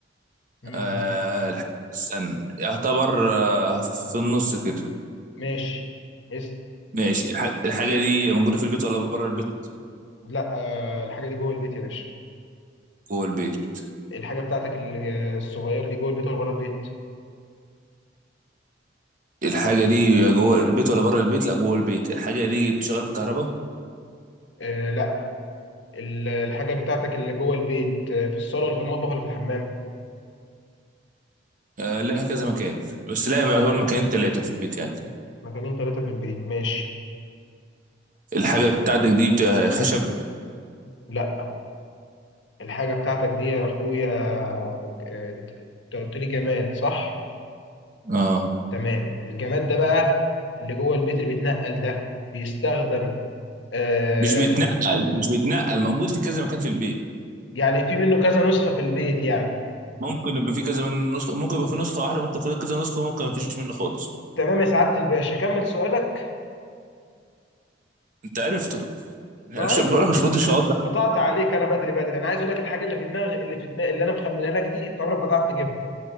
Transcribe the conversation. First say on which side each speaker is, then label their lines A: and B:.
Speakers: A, on the left; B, on the right.
A: مم.
B: آه الح- استنى يعتبر آه في النص كده
A: ماشي اسم
B: ماشي الح- الحاجة دي موجودة في البيت ولا بره البيت
A: لا آه الحاجه دي جوه البيت يا باشا
B: جوه البيت
A: الحاجه بتاعتك ال- الصغيره دي جوه البيت ولا بره البيت
B: الحاجة دي جوه البيت ولا بره البيت لا جوه البيت الحاجة دي بتشتغل بالكهرباء
A: آه لا ال- الحاجه بتاعتك اللي جوه البيت آه، في الصاله ولا في المطبخ ولا في الحمام
B: آه، لها كذا مكان بس لا يعتبر مكانين تلاتة في البيت يعني
A: مكانين ثلاثه في البيت ماشي
B: الحاجة بتاعتك دي بتبقى خشب
A: لا الحاجه بتاعتك دي يا اخويا آه، انت أنت قلت لي جماد صح
B: اه
A: تمام الجماد ده بقى اللي جوه البيت اللي بيتنقل ده بيستخدم آه
B: مش بيتنقل مش بيتنقل موجود في كذا مكان في البيت
A: يعني في منه كذا نسخه في البيت يعني
B: ممكن يبقى في كذا من نسخة ممكن يبقى في نسخة واحدة ممكن في كذا نسخة ممكن ما فيش منه خالص
A: تمام يا سعاده الباشا كمل سؤالك
B: انت عرفته يعني
A: ما
B: مش
A: ايوه
B: بقولك مش فاضي شواطئ
A: قطعت عليك انا بدري بدري انا عايز اقول لك الحاجه اللي في دماغي اللي في دماغي اللي انا مخمنها لك دي انت عمرك ما تعرف تجيبها